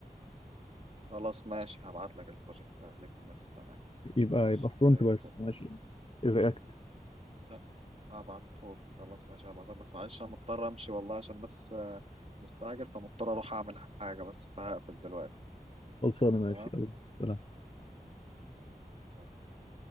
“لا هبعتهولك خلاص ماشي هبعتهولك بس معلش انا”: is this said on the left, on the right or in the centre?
Right